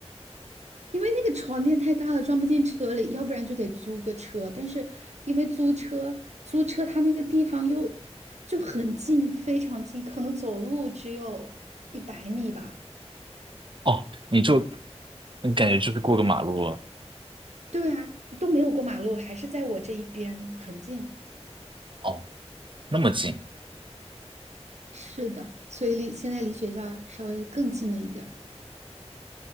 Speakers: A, on the right (about 85°); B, on the right (about 50°).
A: 因为那个床垫太大了，装不进车里，要不然就得租个车。但是因为租车，租车它那个地方又就很近，非常近，可能走路只有一百米吧。
B: 哦，你就你感觉就是过个马路了
A: 对啊，都没有过马路，还是在我这一边，很近。
B: 哦，那么近，
A: 是的，所以离现在离学校稍微更近了一点儿。